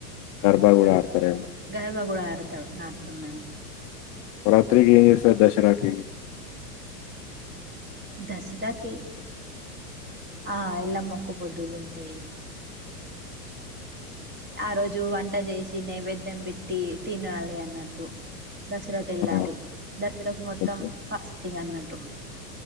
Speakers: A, on the left (about 35°); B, on the right (about 25°).
A: గర్భ కూడా ఆడతార
B: గర్భ కూడా ఆడతాడు ఆ అర్తం మేము
A: రాత్రికిజస దశరా క
B: దసరాకి ఆ ఎలా మొక్కబొదులు ఉంటాయి ఆ రోజు వంట చేసి నైవేద్యం పెట్టి తినాలి అన్నట్టు దసరా తెళ్లాలి
A: ఆ!
B: దసరాకు మొత్తం
A: ఓకే.
B: ఫాస్టింగ్ అన్నట్టు